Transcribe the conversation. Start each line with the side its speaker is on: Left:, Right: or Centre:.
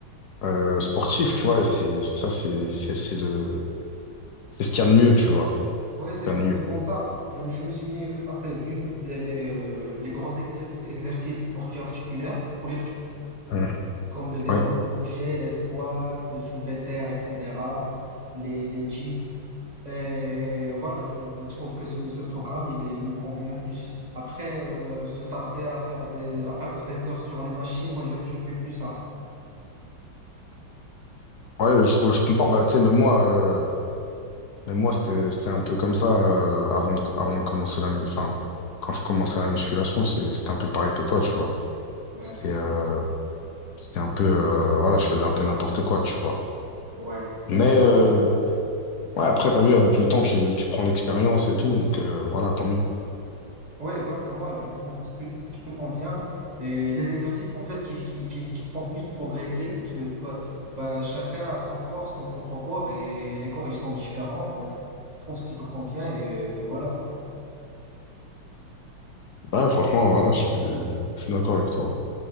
Left: euh, sportif, tu vois, et c'est ça, c'est c'est c'est le- c'est ce qu'il y a de mieux, tu vois.
Right: ouais,
Left: C'est
Right: c'est
Left: ce qu'il
Right: exactement
Left: y a de mieux.
Right: ça. Je, me- je me suis mis à faire juste les, les, euh, les gros exer- exercices pour articulaires, pour
Left: Ouais,
Right: comme le développé
Left: ouais,
Right: couché, les squats, le soulevé de terre, etc., les, les dips. Et voilà, je, je trouve que ce, ce programme, il, est- il me convient plus. Après, euh, se tarder à faire des, à perdre des heures sur les machines, moi, je, je fais plus ça.
Left: Ouais, je, oh, je comprends. Bah, tu sais, même moi, euh, même moi c'était c'était un peu comme ça euh, avant de, avant de commencer la... mu- Enfin, quand je commençais la musculation, c'est- c'était un peu pareil que toi, tu vois.
Right: Ouais,
Left: C'était euh, c'était un peu... euh, voilà, je faisais un peu n'importe quoi, tu vois.
Right: ouais. Ben,
Left: Mais...
Right: C'est ça,
Left: euh,
Right: en fait.
Left: Ouais, après, t'as vu, avec le temps, tu, tu prends l'expérience et tout, donc euh, voilà, tant mieux.
Right: Oui, exactement. Et tu trouves ce que, ce qui te convient. Et les exercices, en fait, qui, qui, qui, qui te font plus progresser, parce que pas- pas chacun a son corps, son propre corps, et les corps, ils sont différents. Donc, tu trouves ce qui te convient, et, et voilà.
Left: Ouais, franchement, voilà, je suis, je suis d'accord avec toi.